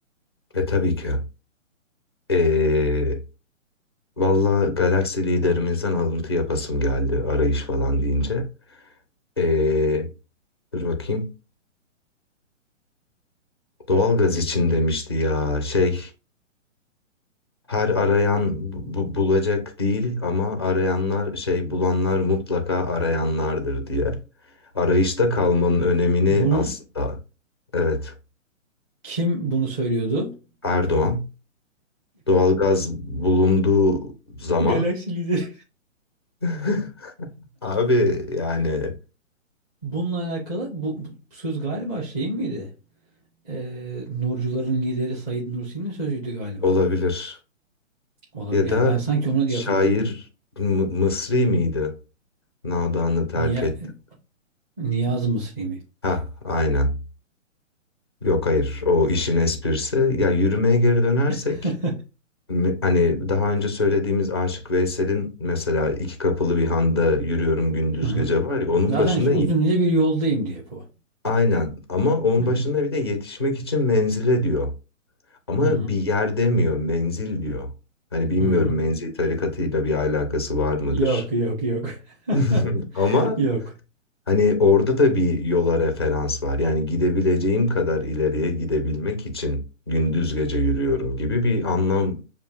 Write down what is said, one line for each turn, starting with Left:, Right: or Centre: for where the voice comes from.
Left: E tabii ki. Ee, valla Galaxy liderimizden alıntı yapasım geldi arayış falan deyince. Ee, dur bakayım. Doğalgaz için demişti ya şey her arayan bu- bulacak değil ama arayanlar şey bulanlar mutlaka arayanlardır diye. Arayışta kalmanın önemini
Right: Bunun
Left: aslında evet
Right: Kim bunu söylüyordu?
Left: Erdoğan doğalgaz bulunduğu zaman
Right: Galaksi lideri.
Left: <laughs> Abi yani
Right: Bununla alakalı bu, bu söz galiba şeyin miydi? Ee, Nurcuların lideri Said Nursi'nin sözüydü galiba.
Left: olabilir.
Right: Ona,
Left: Ya
Right: yani
Left: da
Right: ben sanki ona
Left: şair
Right: diye hatırlıyorum.
Left: M- Mısri miydi? Nadanı terk
Right: Niye,
Left: etti.
Right: Niyaz Mısri mi?
Left: Ha, aynen. Yok hayır o işin esprisi. Ya yürümeye geri dönersek
Right: <laughs>
Left: m- hani daha önce söylediğimiz Aşık Veysel'in mesela iki kapılı bir handa yürüyorum gündüz
Right: Hı hı.
Left: gece var ya onun
Right: Zaten
Left: başında
Right: işte uzun
Left: y-
Right: ince bir yoldayım diye bu.
Left: aynen ama onun
Right: Hı hı.
Left: başında bir de yetişmek için menzile diyor. Ama
Right: Hı hı.
Left: bir yer demiyor, menzil diyor. Hani bilmiyorum
Right: Hı hı.
Left: menzil tarikatıyla bir alakası var mıdır?
Right: Yok yok yok. <laughs>
Left: <laughs> Ama
Right: Yok.
Left: hani orada da bir yola referans var. Yani gidebileceğim kadar ileriye gidebilmek için gündüz gece yürüyorum gibi bir anlam